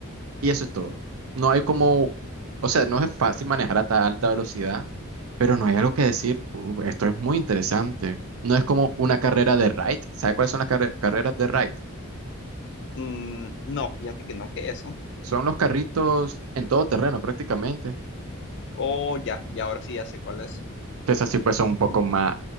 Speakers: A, on the right; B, on the left.
A: y eso es todo. No hay como, o sea, no es fácil manejar a tan alta velocidad, pero no hay algo que decir, "Uh, esto es muy interesante. No es como una carrera de ride. ¿Sabes cuáles son las carre- carreras de ride?
B: Mm, no, fíjate que no, que eso.
A: Son los carritos en todo terreno prácticamente.
B: Oh, ya, ya ahora sí ya sé cuál es.
A: Entonces así pues son un poco más,